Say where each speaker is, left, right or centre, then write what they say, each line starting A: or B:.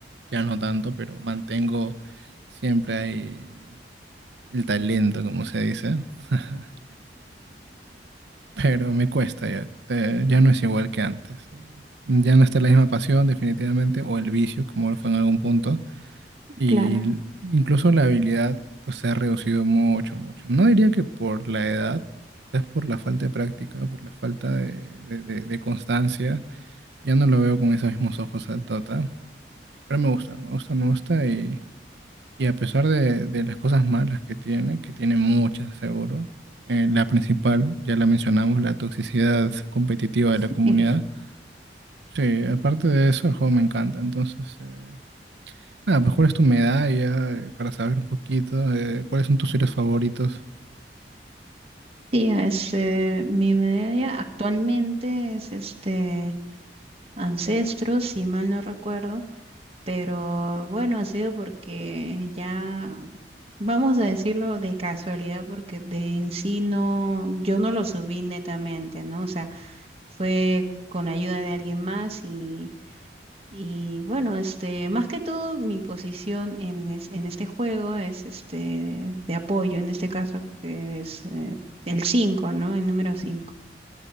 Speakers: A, on the right (about 75°); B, on the right (about 35°).
A: ya no tanto, pero mantengo siempre ahí el talento, como se dice, <laughs> pero me cuesta ya, eh, ya no es igual que antes. eh, Ya no está la misma pasión, definitivamente, o el vicio, como lo fue en algún punto. Y
B: claro.
A: l- incluso la habilidad pues se ha reducido mucho, mucho. No diría que por la edad, quizás por la falta de práctica, por la falta de, de- de- de constancia. Ya no lo veo con esos mismos ojos al Tota. Pero me gusta, me gusta, me gusta. Y, y a pesar de, de las cosas malas que tiene, que tiene muchas seguro, eh, la principal, ya la mencionamos, la toxicidad competitiva de la comunidad.
B: <laughs>
A: Sí, aparte de eso, el juego me encanta. Entonces... eh, Ah, pues ¿cuál es tu medalla? Eh, Para saber un poquito, eh, ¿cuáles son tus series favoritos?
B: Sí, este, mi media actualmente es este Ancestros, si mal no recuerdo, pero bueno, ha sido porque ya, vamos a decirlo de casualidad, porque de en sí no, yo no lo subí netamente, ¿no? O sea, fue con ayuda de alguien más y, y bueno, este, más que todo mi posición en, es- en este juego es este de, apoyo, en este caso que es eh, el 5, ¿no? El número 5.